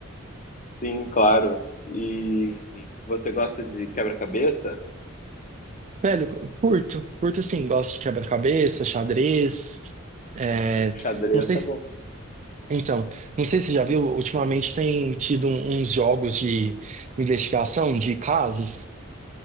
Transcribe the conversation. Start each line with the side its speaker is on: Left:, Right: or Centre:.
Left: Sim, claro. E você gosta de quebra-cabeça?
Right: Velho, curto, curto sim, gosto de quebra-cabeça, xadrez. é,
Left: Xadrez
Right: não sei,
Left: é bom.
Right: Então, não sei se você já viu, ultimamente tem tido um- uns jogos de investigação de casos,